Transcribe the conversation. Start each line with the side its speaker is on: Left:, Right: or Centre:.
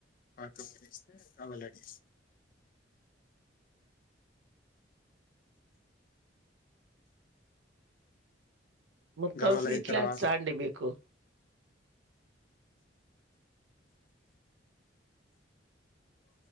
Left: పాకం వేస్తే గవ్వల్ రెడీ
Right: మొత్తం
Left: గవ్వలు
Right: స్వీట్లే
Left: అయినా తరువాత
Right: వచ్చా
Left: <inaudible>
Right: అండి మీకు?